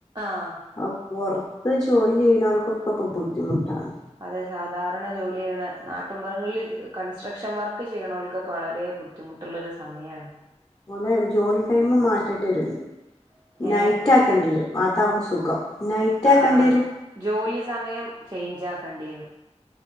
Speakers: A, on the right; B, on the left.
A: ആഹ്
B: ആ പൊറത്ത് ജോലി ചെയ്യണാ ൾക്കൊക്കെ ക്ക ബുദ്ധിമുട്ടാണ്
A: അതെ സാധാരണ ജോലി ചെയ്യണ നാട്ടുമ്പൊറങ്ങളില് കൺസ്ട്രക്ഷൻ വർക്ക് ചെയ്യണൾക്കൊക്കെ വളരെ ബുദ്ധിമുട്ട് ട്ടൊള്ളൊരു സമയാണ്
B: മേനേ ജോലി ടൈമ് മാറ്റണ്ടി വരും നൈ
A: ഏഹ്
B: റ്റാക്കണ്ടി വരും അതാവും സുഖം നൈറ്റ്
A: ആഹ്
B: ആക്കണ്ടി വരും
A: ജോലി സമയം ചെയ്ഞ്ച് ആക്കണ്ടി വരും